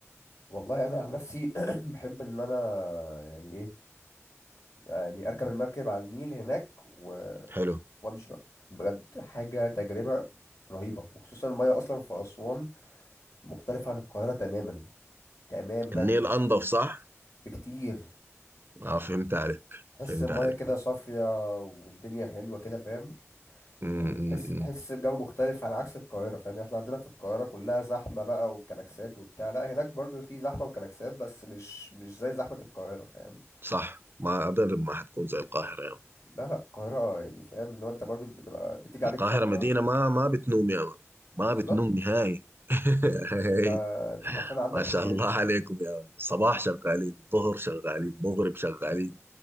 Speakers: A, on the left; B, on the right.
A: والله انا عن نفسي <clears throat> بحب ان انا يعني ايه يعني اركب المركب على النيل هناك و...
B: حلو
A: وامشي بقى بجد حاجه تجربه رهيبه وخصوصا الميه اصلا في اسوان مختلف عن القاهرة تماما تماما
B: النيل انضف صح
A: بكتير
B: اه فهمت عليك
A: تحس
B: فهمت
A: المية
B: عليك
A: كده صافية والدنيا حلوة كده فاهم
B: م -م
A: يعني تحس تحس
B: -م.
A: بجو مختلف على عكس القاهرة فاهم يعني احنا عندنا في القاهرة كلها زحمة بقى وكلاكسات وبتاع لا هناك برضو في زحمة وكلاكسات بس مش مش زي زحمة القاهرة فاهم
B: صح ما ابدا ما حتكون زي القاهره يا مان.
A: لا لا القاهرة يعني فاهم اللي هو انت برضو بتبقى بتيجي عليك
B: القاهرة
A: فترة
B: مدينة ما ما بتنوم يا مان ما
A: بالظبط
B: بتنوم نهائي <laughs>
A: انت انت حرفيا عندك
B: ما شاء
A: يعني
B: الله عليكم يا مان صباح شغالين ظهر شغالين مغرب شغالين